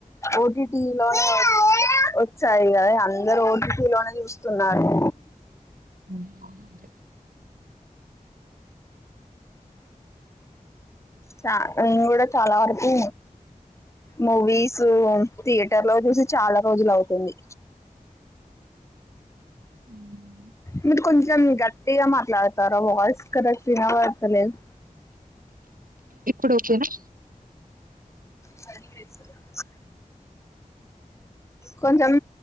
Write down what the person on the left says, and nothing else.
ఒటిటి లోనే వచ్చాయి కదా! అందరు ఒటిటి లోనే చూస్తున్నారు.
చ నేను కూడా, చాలా వరకు మూవీసు థియేటర్ లో చూసి చాలా రోజులు అవుతుంది.
మీరు కొంచెం గట్టిగ మాట్లాడతారా? వాయిస్ కరెక్ట్ వినబడతలేదు.
సరేలేఇసుదురు కొంచెం.